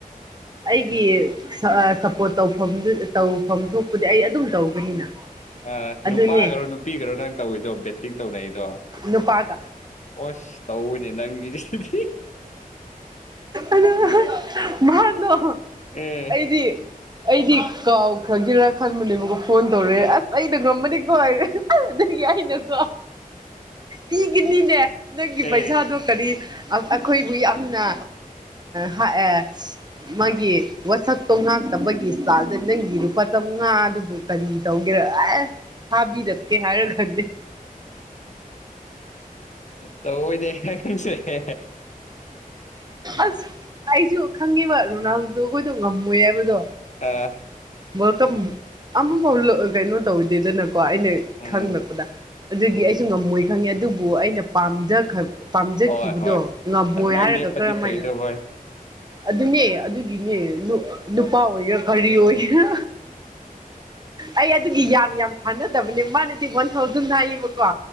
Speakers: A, on the right; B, on the left.
A: ꯑꯩꯒꯤ ꯁꯞꯄꯣꯔꯠ ꯇꯧꯐꯝꯗꯨ ꯇꯧ ꯐꯐꯝ ꯊꯣꯛꯄꯗꯤ ꯑꯩ ꯑꯗꯨꯝ ꯇꯧꯒꯅꯤꯅ
B: ꯑ ꯅꯨꯄꯥꯒꯔꯣ
A: ꯑꯗꯨꯅꯦ
B: ꯅꯨꯄꯤꯒꯔꯣ ꯅꯪ ꯇꯧꯋꯤꯗꯣ ꯕꯦꯠꯇꯤꯡ ꯇꯧꯅꯩꯗꯣ ꯑꯣꯁ
A: ꯅꯨꯄꯥꯒ
B: ꯇꯧꯕꯅꯦ ꯅꯪꯒꯤꯁꯤꯗꯤ
A: ꯑꯗꯨ ꯃꯍꯥꯛꯗꯣ
B: ꯑꯦ
A: ꯑꯩꯗꯤ ꯑꯩꯗꯤ ꯀꯥꯎꯈ꯭ꯔꯒꯦꯔꯥ ꯈꯟꯕꯅꯦꯕꯀꯣ ꯐꯣꯟ ꯇꯧꯔꯦ
B: ꯑ
A: ꯑꯁ ꯑꯩꯩꯅ ꯉꯝꯃꯅꯤꯀꯣ ꯍꯥꯏꯔꯦ ꯑꯗꯒꯤ ꯑꯩꯅꯀꯣ ꯄꯤꯈꯤꯅꯤꯅꯦ ꯅꯪꯒꯤ
B: ꯑꯦ
A: ꯄꯩꯁꯥꯗꯣ ꯀꯔꯤ ꯑꯩꯈꯣꯏꯕꯨ ꯌꯥꯝꯅ ꯍꯥ ꯑꯦꯠ ꯃꯥꯒꯤ ꯋꯥꯁꯛꯇꯣ ꯉꯥꯛꯇꯕꯒꯤ ꯏꯁꯇꯥꯏꯜꯗ ꯅꯪꯒꯤ ꯂꯨꯄꯥ ꯆꯃꯉꯥ ꯑꯗꯨꯕꯨ ꯀꯔꯤ ꯇꯧꯒꯦꯔ ꯑꯦ ꯊꯥꯕꯤꯔꯛꯀꯦ ꯍꯥꯏꯔ ꯈꯟꯗꯦ
B: ꯇꯣꯏꯗꯤ ꯍꯥꯏ ꯈꯪꯁꯦ ꯍ
A: ꯑꯁ ꯑꯩꯁꯨ ꯈꯪꯉꯤꯕ ꯔꯣꯅꯥꯜꯗꯗꯣ ꯀꯣꯏꯗꯣ ꯉꯝꯃꯣꯏ ꯍꯥꯏꯕꯗꯣ
B: ꯑꯥ
A: ꯋꯜꯀꯝ ꯑꯃꯐꯥꯎ ꯀꯩꯅꯣ ꯇꯧꯋꯗꯦꯗꯅꯀꯣ ꯑꯩꯅ
B: ꯎꯝ
A: ꯈꯪꯂꯛꯄꯗ ꯑꯗꯨꯒꯤ
B: ꯎꯝ
A: ꯑꯩꯁꯨ ꯉꯝꯃꯣꯏ ꯈꯪꯉꯦ ꯑꯗꯨꯕꯨ ꯑꯩꯅ ꯄꯥꯝꯖ ꯄꯥꯝꯖꯈꯤꯕꯗꯣ
B: ꯍꯣꯏ ꯍꯣꯏ
A: ꯉꯝꯃꯣꯏ
B: ꯑꯗꯨꯃꯥꯏꯅ
A: ꯍꯥꯏꯔꯒ
B: ꯂꯦꯞꯄꯗꯤ
A: ꯀꯔꯝꯃꯥꯏꯅ
B: ꯐꯩꯗꯣ ꯍꯣꯏ
A: ꯑꯗꯨꯅꯦ ꯑꯗꯨꯒꯤꯅꯦ ꯅꯨꯄꯥ ꯑꯣꯏꯒꯦꯔꯥ ꯀꯔꯤ ꯑꯣꯏꯒꯦꯔꯥ ꯑꯩ ꯑꯗꯨꯒꯤ ꯌꯥꯝ ꯌꯥꯝ ꯊꯥꯅꯗꯕꯅꯦ ꯃꯥꯅꯗꯤ ꯋꯥꯟ ꯊꯥꯎꯖꯟ ꯍꯥꯏꯌꯦꯕꯀꯣ